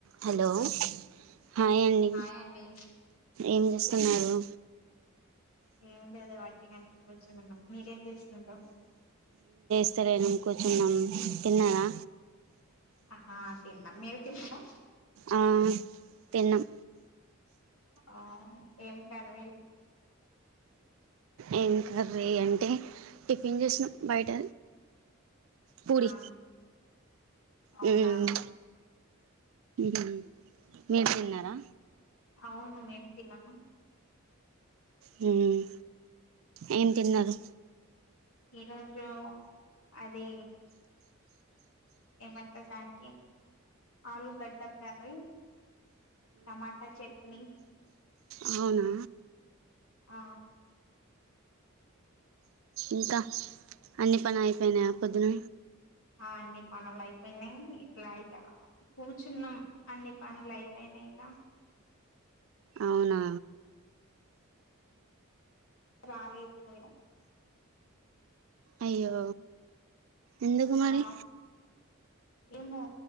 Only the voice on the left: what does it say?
హాయ్ అండి
ఏమి లేదే వట్టిగానే కూర్చునున్నా మీరేం చేస్తుండ్రు
అహా తిన్నా మీరు తిన్నడా
ఆ ఏం కర్రీ
ఆ అవునా
అవును మేమ్ తిన్నాము
ఈరోజు అది ఏమంటారు దానికి ఆలుగడ్డ కర్రీ టమాటా చట్నీ
ఆ
ఆ అన్ని పనులు అయిపోయినాయి ఇట్లా ఇక కూర్చున్నాం అన్ని పనులు అయిపోయినాయి ఇగ
రాలేదు <unintelligible>
ఆ ఏమో